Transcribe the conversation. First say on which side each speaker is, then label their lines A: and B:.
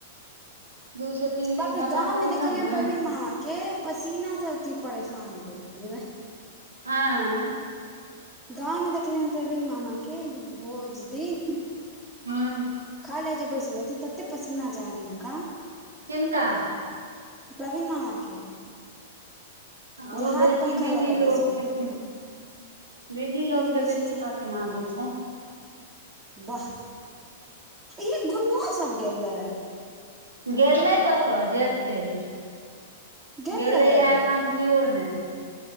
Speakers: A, on the right; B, on the right.
A: दू से तीन दिन
B: बाप रे
A: कपड़ा
B: गाँंव
A: पहिरलहुँ
B: मे देखलियैन
A: ने
B: प्रवीन मामा के पसीना से अथी परेशान भेल कहलिये भ ए
A: आ
B: गाँव मे देखलियनि प्रवीण मामा के भोज दिन
A: हँ
B: अइल लै जे बैसलथि तते पसीना जाइन हुनका
A: किनका
B: प्रवीन मामा के जे
A: ओ
B: हाथ
A: बेसी
B: पंखा
A: बिजी
B: लऽ के
A: लोक
B: बैस रहल
A: छथिन
B: छै
A: बिजी लोक
B: बेसिये
A: के बेसी
B: सही
A: पसीना
B: मे
A: दै छै
B: वाह य गुनओ सब गेलै
A: गेलियै कतऽ जैत त
B: गेल
A: गेलैया
B: रहै
A: एखन किओ ने